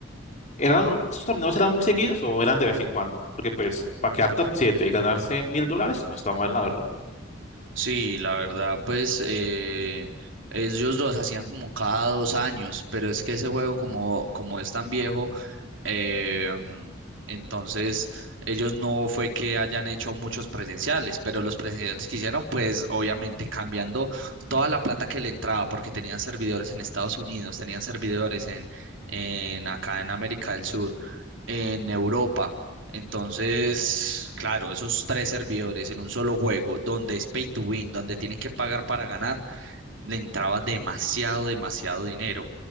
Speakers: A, on the left (about 35°); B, on the right (about 70°).
A: ¿Eran, esos torneos eran muy seguidos o eran de vez en cuando? Porque pues para quedar top 7 y ganarse mil dólares no está mal, la verdad.
B: Sí, la verdad, pues eh, ellos los hacían como cada dos años, pero es que ese juego como, como es tan viejo, Em, entonces, ellos no fue que hayan hecho muchos presenciales, pero los presenciales que hicieron, pues obviamente cambiando toda la plata que le entraba, porque tenían servidores en Estados Unidos, tenían servidores en, en acá en América del Sur, en Europa. Entonces, claro, esos tres servidores en un solo juego, donde es pay to win, donde tienen que pagar para ganar, le entraba demasiado, demasiado dinero.